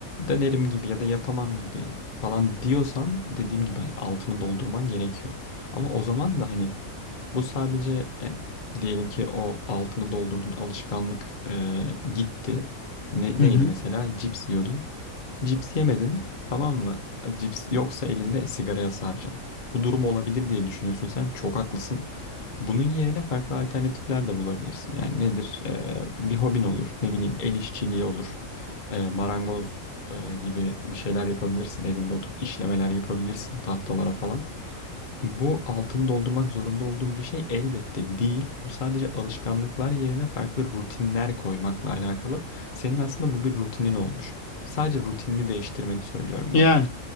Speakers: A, on the left; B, on the left.
A: dönerim gibi ya da yapamam gibi falan diyorsan dediğim gibi hani altını doldurman gerekiyor. Ama o zaman da hani bu sadece yani diyelim ki o altını doldurdun alışkanlık eee, gitti. Ne,
B: Hı
A: neydi
B: hı.
A: mesela? Cips yiyordun. Cips yemedin tamam mı? Cips yoksa elinde sigaraya saracaksın. Bu durum olabilir diye düşünüyorsun sen. Çok haklısın. Bunun yerine farklı alternatifler de bulabilirsin. Yani nedir? Ee, bir hobin olur. Ne bileyim el işçiliği olur. Ee, marangoz e, gibi bir şeyler yapabilirsin. Evinde oturup işlemeler yapabilirsin tahtalara falan. Bu altını doldurmak zorunda olduğun bir şey elbette değil. Bu sadece alışkanlıklar yerine farklı rutinler koymakla alakalı. Senin aslında bu bir rutinin olmuş. Sadece rutinini değiştirmeni söylüyorum
B: Yani.
A: ben.